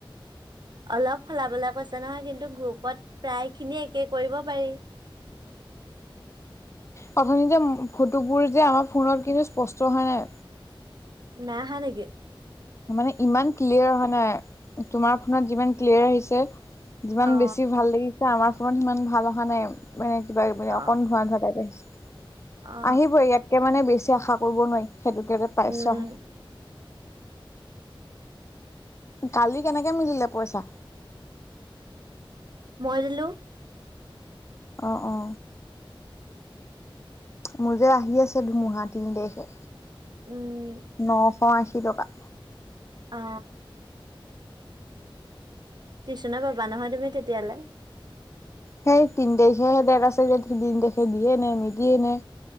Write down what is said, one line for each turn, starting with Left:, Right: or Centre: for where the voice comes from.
Right: অলপ সলাবলৈ কৈছে নহয় কিন্তু গ্ৰুপত প্ৰায় খিনিয়ে একে কৰিব পাৰি।
Left: প্ৰথমতে ফটোবোৰ যে আমাৰ ফোনত কিন্তু স্পষ্ট হোৱা নাই।
Right: নাই আহা নাকি।
Left: মানে ইমান ক্লিয়াৰ হোৱা নাই তোমাৰ ফোনত যিমান ক্লিয়াৰ আহিছে। যিমান
Right: অ
Left: বেছি ভাল লাগিছা আমাৰ ফোনত সিমান ভাল অহা নাই মানে কিবা মানে
Right: অ
Left: অকন ধোৱা ধোৱা টাইপ আহিছে।
Right: অ
Left: আহিবই ইয়াতকে মানে বেছি আশা কৰিব নোৱাৰি সেইটোকে যে পাইছোঁ।
Right: উম
Left: কালি কেনেকে মিলিলে পইচা।
Right: মই দিলোঁ।
Left: অ, অ'। মোৰ যে আহি আছে ধুমুহা তিনি তাৰিখে।
Right: উম
Left: নশ আশী কি টকা
Right: অ। টিউচনে পাবা নহয় তুমি তেতিয়ালৈ।
Left: সেই তিন তাৰিখে সে দেৰ আছে ন তিন তাৰিখে দিয়ে নে নিদিয়ে নে।